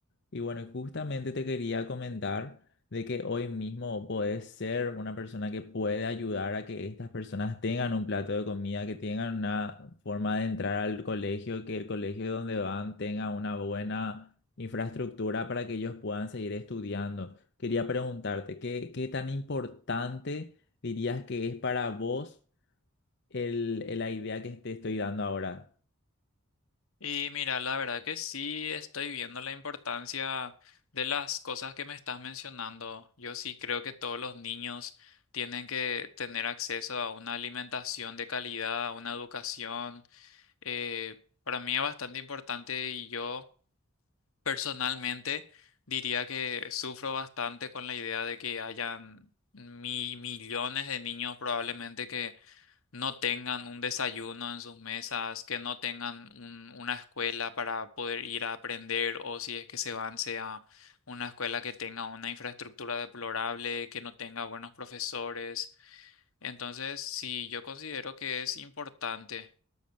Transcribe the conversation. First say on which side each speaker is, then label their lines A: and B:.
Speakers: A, on the left (about 55°); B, on the left (about 75°).
A: Y bueno, y justamente te quería comentar de que hoy mismo podés ser una persona que puede ayudar a que estas personas tengan un plato de comida, que tengan una forma de entrar al colegio, que el colegio donde van tenga una buena infraestructura para que ellos puedan seguir estudiando. Quería preguntarte, ¿qué, qué tan importante dirías que es para vos el, el- la idea que te estoy dando ahora?
B: Y mira, la verdad que sí estoy viendo la importancia de las cosas que me estás mencionando. Yo sí creo que todos los niños tienen que tener acceso a una alimentación de calidad, a una educación. eh, para mí es bastante importante y yo personalmente diría que sufro bastante con la idea de que hayan mi- millones de niños probablemente que no tengan un desayuno en sus mesas, que no tengan un- una escuela para poder ir a aprender o si es que se van sea una escuela que tenga una infraestructura deplorable, que no tenga buenos profesores. Entonces, sí, yo considero que es importante.